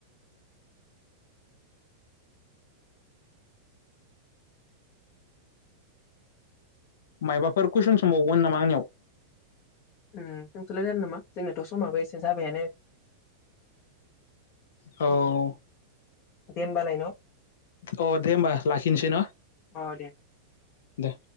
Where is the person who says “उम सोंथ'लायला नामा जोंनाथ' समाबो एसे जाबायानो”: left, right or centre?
Left